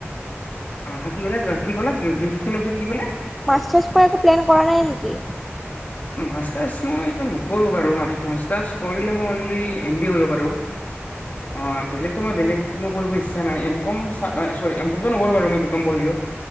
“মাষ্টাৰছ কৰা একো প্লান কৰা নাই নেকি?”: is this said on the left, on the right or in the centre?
Centre